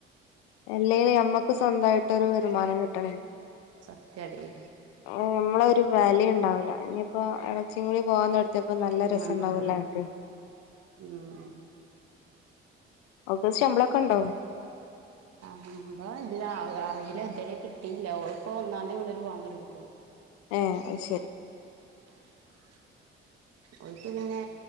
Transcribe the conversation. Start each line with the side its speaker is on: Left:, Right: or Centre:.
Left: അല്ലേലും അമ്മക്ക് സ്വന്തയിട്ടൊരു വരുമാനം കിട്ടണേ
Right: സത്യാടി
Left: ആഹ് നമ്മളൊര് വാല്യുണ്ടാവൂല്ല ഇനിയിപ്പോ ഇളെച്ചികൂടെ പോവാ ത് പ്പംനല്ല രസം
Right: ഉം
Left: ഉണ്ടാവൂലെ അനക്ക്
Right: ഉം
Left: ഓക്ക്‌ ശമ്പളം ഒക്കെ ഉണ്ടോ
Right: ശമ്പളം ഇല്ല അറില്ല ഇതുവരെ കിട്ടിയില്ല, ഓളിപ്പൊ ഒന്നാം തീയതി മൊതല് പോവാൻ തൊടങ്ങിട്ടുള്ളൂ,
Left: ഏഹ്, അത്ശെരി
Right: <inaudible> ഓൽക്ക് പിന്നെ